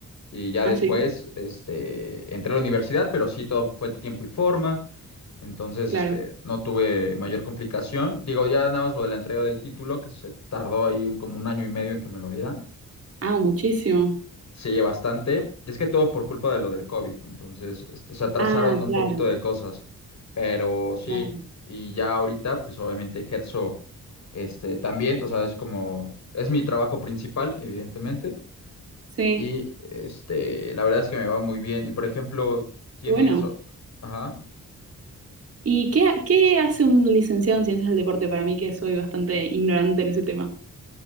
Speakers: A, on the left (about 60°); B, on the right (about 45°).
A: y ya
B: Ah,
A: después,
B: sí,
A: este, entré a la universidad, pero sí, todo fue tiempo y forma. Entonces,
B: claro.
A: este, no tuve mayor complicación. Digo, ya nada más lo de la entrega del título, que se tardó ahí un- como un año y medio en que me lo dieran.
B: Ah, muchísimo.
A: Sí, bastante. Es que todo por culpa de lo del COVID, entonces este, se atrasaron
B: Ah,
A: un
B: claro,
A: poquito de cosas, pero sí,
B: claro.
A: y ya ahorita pues obviamente ejerzo este también, o sea, es como, es mi trabajo principal, evidentemente,
B: Sí,
A: y este, la verdad es que me va muy bien. Y por ejemplo, tienes,
B: bueno.
A: ajá.
B: ¿Y qué, qué hace un licenciado en ciencias del deporte para mí, que soy bastante ignorante en ese tema?